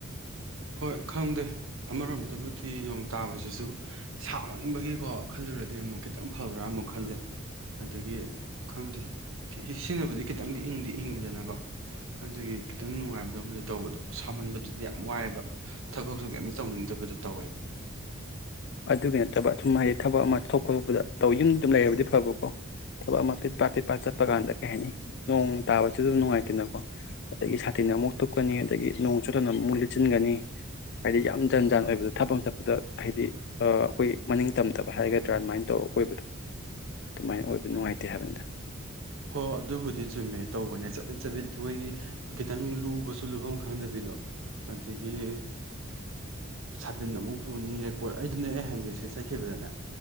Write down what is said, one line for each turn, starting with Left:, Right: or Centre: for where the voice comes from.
Right: ꯍꯣꯏ ꯈꯪꯗꯦ ꯑꯃꯔꯣꯝꯗꯕꯨꯗꯤ ꯅꯣꯡ ꯇꯥꯕꯖꯤꯖꯨ ꯁꯥꯃꯟꯕꯒꯤꯀꯣ ꯈꯜꯂꯨꯔꯗꯤ ꯑꯃꯨꯛ ꯈꯤꯇꯪ ꯐꯕ꯭ꯔꯥ ꯑꯃꯨꯛ ꯈꯜꯂꯦ ꯑꯗꯒꯤ ꯈꯪꯗꯦ ꯁꯤꯅꯕꯨꯗꯤ ꯈꯤꯇꯪꯗꯤ ꯏꯪꯗꯤ ꯏꯪꯉꯤꯗꯅꯀꯣ ꯑꯗꯨꯒꯤ ꯈꯤꯇꯪ ꯅꯨꯡꯉꯥꯏ ꯑꯗꯣꯝꯗꯗꯤ ꯇꯧꯕꯗꯣ ꯁꯥꯃꯟꯕꯗꯨꯗꯤ ꯋꯥꯏꯑꯦꯕ ꯊꯕꯛ ꯑꯗꯣ ꯀꯩꯝꯇ ꯇꯧꯅꯤꯡꯗꯕꯗꯣ ꯇꯧꯋꯦꯕ
Left: ꯑꯗꯨꯒꯤ ꯅꯠꯇꯕ ꯁꯨꯝ ꯍꯥꯏꯗꯤ ꯊꯕꯛ ꯑꯃ ꯆꯊꯣꯛ ꯈꯣꯇꯣꯛꯄꯗ ꯇꯧ ꯌꯨꯝ ꯑꯗꯨꯝ ꯂꯩꯔꯕꯗꯤ ꯐꯕꯀꯣ ꯊꯕꯛ ꯑꯃ ꯄꯤꯠꯄ ꯄꯤꯠꯄ ꯆꯠꯄ ꯀꯥꯟꯗ ꯀꯩ ꯍꯥꯏꯅꯤ ꯅꯣꯡ ꯇꯥꯕꯖꯨ ꯑꯗꯨꯝ ꯅꯨꯡꯉꯥꯏꯇꯦꯅꯀꯣ ꯑꯗꯒꯤ ꯁꯥꯇꯤꯟ ꯑꯃꯨꯛ ꯇꯨꯞꯀꯅꯤ ꯑꯗꯒꯤ ꯅꯣꯡ ꯆꯨꯗꯅ ꯑꯃꯨꯛ ꯂꯤꯠꯆꯤꯟꯒꯅꯤ ꯍꯥꯏꯗꯤ ꯌꯥꯝ ꯖꯟ ꯖꯥꯟ ꯑꯣꯏꯕꯗ ꯊꯕꯛ ꯑꯃ ꯆꯠꯄꯗ ꯍꯥꯏꯗꯤ ꯑ ꯑꯩꯈꯣꯏꯒꯤ ꯃꯅꯤꯡ ꯇꯝꯗꯕ ꯍꯥꯏꯒꯗ꯭ꯔꯥ ꯑꯗꯨꯃꯥꯏꯅ ꯇꯧꯔꯒ ꯀꯣꯏꯕꯗꯣ ꯑꯗꯨꯃꯥꯏꯅ ꯑꯣꯏꯕ ꯅꯨꯡꯉꯥꯏꯇꯦ ꯍꯥꯏꯕꯅꯤꯗ
Right: ꯍꯣ ꯍꯣ ꯑꯗꯨꯕꯨꯗꯤ ꯆꯨꯝꯃꯦ ꯇꯧꯕꯅꯦ ꯆꯕꯤꯠ ꯆꯕꯤꯠ ꯑꯩꯍꯣꯏꯒꯤ ꯈꯤꯇꯪ ꯂꯨꯕꯖꯨ ꯂꯨꯕꯝ ꯈꯪꯗꯕꯤꯗꯣ ꯑꯗꯒꯤ ꯁꯥꯇꯤꯟ ꯑꯃꯨꯛ ꯄꯨꯅꯤ ꯔꯦꯟꯀꯣꯠ ꯑꯩꯗꯨꯅꯦ ꯑꯩ ꯍꯥꯏꯖꯩ ꯁꯤꯗꯩ ꯆꯠꯈꯤꯕꯗꯅꯦ